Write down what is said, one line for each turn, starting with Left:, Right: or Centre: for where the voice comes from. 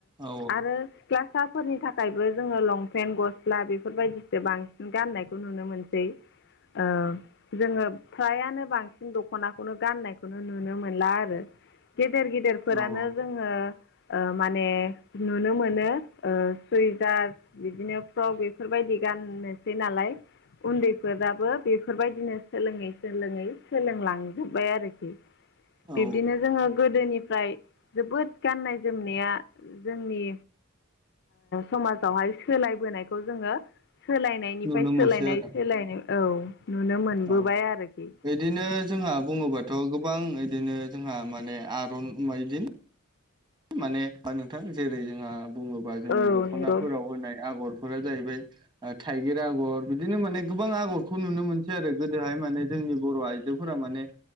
Right: औ
Left: आरो सिख्लासाफोरनि थाखायबो जोङो लंपेन्ट गस्ला बेफोरबायदिसो बांसिन गाननायखौ नुनो मोनसै।
Right: <inaudible>
Left: ओ जोङो फ्रायानो बांसिन दख'नाखौनो गाननायखौनो नुनो मोनला आरो। गेदेर गेदेर फोरानो
Right: औ
Left: जोङो ओ माने नुनो मोनो ओ सुइजार बिदिनो फ्रक बेफोरबायदि गाननोसै नालाय उन्दैफोराबो बेफोरबायदिनो सोलोङै सोलोङै सोलोंलांजोब्बाय आरोखि।
Right: औ
Left: बिब्दिनो जोङो गोदोनिफ्राय जोबोद गाननाय जोमनाया जोंनि समाजावहाय सोलायबोनायखौ जोङो सोलायनाय बेनिफ्राय
Right: नुनो मोनसै
Left: सोलायनाय
Right: आरो
Left: सोलायनाय औ। नुनो मोनबोबाय
Right: औ
Left: आरोखि
Right: बिदिनो जोंहा बुङोबा थ' गोबां बिदिनो जोंहा माने आरन माइदिन माने नोंथां जेरै जोंहा बुङोबा जोंनि
Left: औ
Right: दख'नाफोराव
Left: नंगौ
Right: होनाय आगरफोरा जाहैबाय ओ थाइगिर आगर बिदिनो माने गोबां आगरखौ नुनो मोनसै आरो गोदोहाय माने जोंनि बर' आइ जोफोरा माने